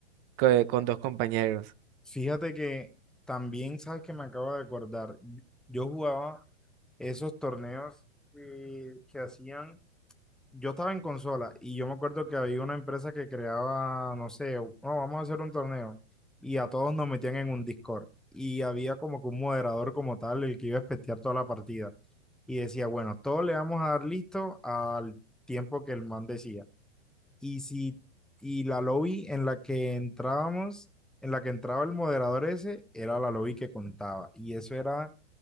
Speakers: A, on the right; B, in the centre.
A: co- con, dos compañeros.
B: Fíjate que también, sabes que me acabo de acordar, yo jugaba esos torneos eh, que hacían yo estaba en consola y yo me acuerdo que había una empresa que creaba, no sé, no, vamos a hacer un torneo y a todos nos metían en un Discord y había como que un moderador como tal el que iba a espetear toda la partida y decía, bueno, todos le vamos a dar listo al tiempo que el man decía y si y la lobby en la que entrábamos, en la que entraba el moderador ese, era la lobby que contaba y eso era